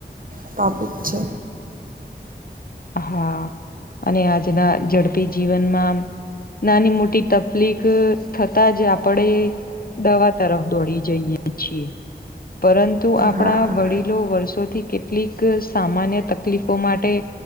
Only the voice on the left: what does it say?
હા અને આજના ઝડપી જીવનમાં આમ નાની મોટી તકલીક થતાં જ આપણેે દવા તરફ દોડી જઈએ છીએ પરંતુ આપણા
વડીલો વર્ષોથી કેટલીક સામાન્ય તકલીફો માટે